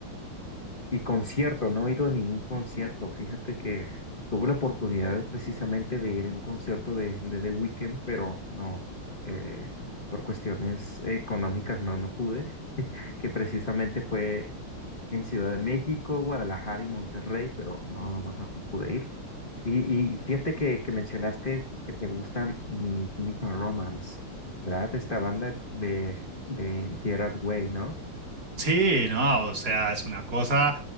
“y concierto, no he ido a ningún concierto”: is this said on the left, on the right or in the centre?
Left